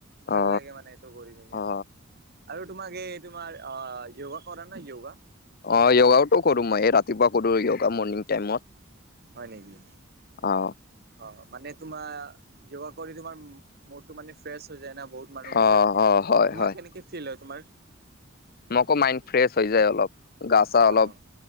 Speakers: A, on the right; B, on the left.
A: ভাল
B: অ
A: লাগে মানে এইটো কৰি পিনে
B: অ
A: আৰু আৰু তোমাক এই তোমাৰ অ' য়োগা কৰা না য়োগা
B: অ', য়োগাওটো কৰো মই এই ৰাতিপুৱা কৰো য়োগা মৰ্ণিং টাইমত
A: হয় নেকি।
B: অ
A: অ' মানে তোমাৰ য়োগা কৰি তোমাৰ মুডটো মানে ফ্ৰেছ হৈ যায় না বহুত মানুহকেইটা
B: অ অ হয়
A: তোমাৰ
B: হয়
A: কেনেকে ফিল হয়। তোমাৰ
B: মোকো মাইণ্ড ফ্ৰেছ হৈ যায়। অলপ গা চা
A: অ'
B: অলপ